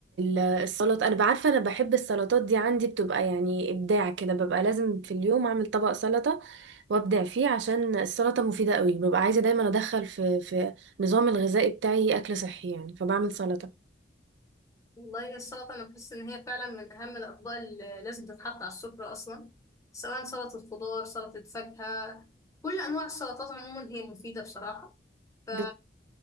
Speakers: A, on the right (about 85°); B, on the left (about 20°).
A: السلطة انا بعرفة انا بحب السلطات دي عندي بتبقى يعني ابداع كده ببقى لازم في اليوم اعمل طبق سلطة وابدع فيه عشان السلطة مفيدة قوي ببقى عايزة دايما ادخل في في نظام الغذائي بتاعي اكل صحي يعني فبعمل سلطة
B: والله السلطة أنا بحس إن هي فعلا من أهم الأطباق اللي لازم تتحط على السفرة أصلا سواء سلطة خضار سلطة فاكهة كل أنواع السلطات عموما هي مفيدة بصراحة ف
A: بت-